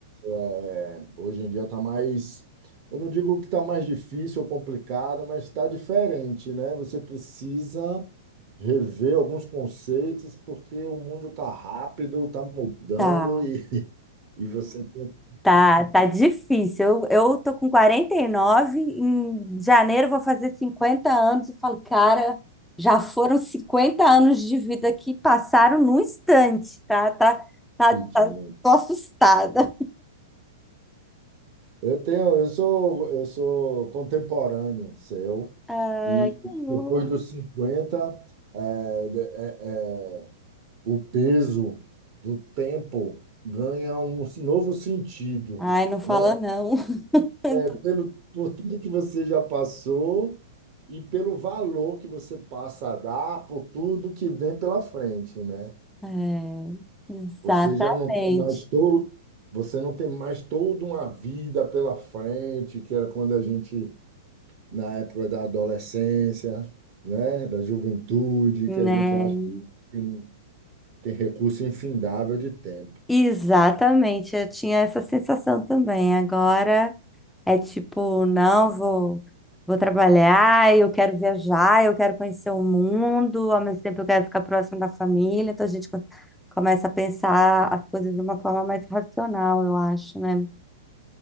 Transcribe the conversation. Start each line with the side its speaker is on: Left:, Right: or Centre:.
Right: É, hoje em dia está mais, eu não digo que está mais difícil ou complicado, mas está diferente, né? Você precisa rever alguns conceitos porque o mundo está rápido, está mudando
Centre: Tá,
Right: e, <laughs> e você tem que
Centre: tá, tá difícil. Eu, eu tô com quarenta e nove em janeiro eu vou fazer 50 anos. Eu falo, cara, já foram 50 anos de vida que passaram num instante, tá? Tá, tá,
Right: pedir.
Centre: tá, tô assustada.
Right: Eu tenho, eu sou, eu sou contemporâneo seu
Centre: Ai,
Right: e
Centre: que bom.
Right: depois dos 50 é, de- é, é, o peso do tempo ganha um novo sentido,
Centre: Ai, não fala
Right: né?
Centre: não. <laughs>
Right: É, pelo, por tudo que você já passou e pelo valor que você passa a dar por tudo que vem pela frente, né?
Centre: É, exatamente,
Right: Você já não tem mais todo, você não tem mais toda uma vida pela frente, que era quando a gente, na época da adolescência, né? Da juventude,
Centre: né?
Right: que a gente acha que tem, tem recurso infindável de tempo.
Centre: Exatamente, eu tinha essa sensação também. Agora é tipo, não, vou, vou trabalhar, eu quero viajar, eu quero conhecer o mundo, ao mesmo tempo eu quero ficar próximo da família, então a gente co- começa a pensar as coisas de uma forma mais racional, eu acho, né?